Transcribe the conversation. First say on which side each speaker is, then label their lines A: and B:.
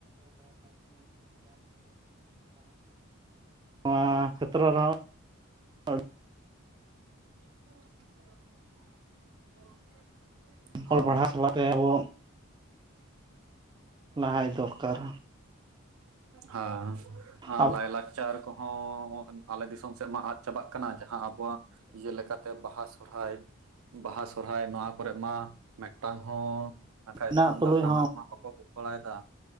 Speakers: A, on the right (about 20°); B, on the right (about 80°).
A: ᱱᱚᱣᱟ ᱠᱷᱮᱛᱨᱚ ᱨᱮᱦᱚᱸ, ᱦᱳᱭ
B: <unintelligible> ᱦᱳᱭ
A: ᱚᱞ ᱯᱟᱲᱦᱟᱣ ᱥᱟᱞᱟᱜ
B: ᱦᱳᱭ
A: ᱛᱮ ᱟᱵᱚ ᱞᱟᱦᱟᱭ ᱫᱚᱨᱠᱟᱨ᱾
B: ᱦᱟ ᱟᱨ
A: ᱟᱵᱚ
B: ᱞᱟᱭ ᱞᱟᱠᱪᱟᱨ ᱠᱚᱦᱚᱸ ᱦᱚᱸ ᱟᱞᱮ ᱫᱤᱥᱚᱢ ᱥᱮᱫ ᱢᱟ ᱟᱫᱽ ᱪᱟᱵᱟᱜ ᱠᱟᱱᱟ᱾ ᱡᱟᱦᱟᱸ ᱟᱵᱚᱣᱟᱜ ᱡᱮ ᱞᱮᱠᱟᱛᱮ ᱵᱟᱦᱟ ᱥᱚᱨᱦᱟᱭ ᱵᱟᱦᱟ, ᱥᱚᱨᱦᱟᱭ ᱱᱚᱣᱟ ᱠᱚᱨᱮ ᱢᱟ ᱢᱤᱫᱴᱟᱝ ᱦᱚᱸ ᱵᱟᱠᱷᱟᱡ
A: ᱦᱮᱱᱟᱜ
B: ᱛᱩᱢᱫᱟᱜ
A: ᱛᱩᱞᱩᱡ
B: ᱴᱟᱢᱟᱠ ᱢᱟ ᱵᱟᱠᱚ ᱜᱚᱜ ᱵᱟᱲᱟᱭ ᱫᱟ᱾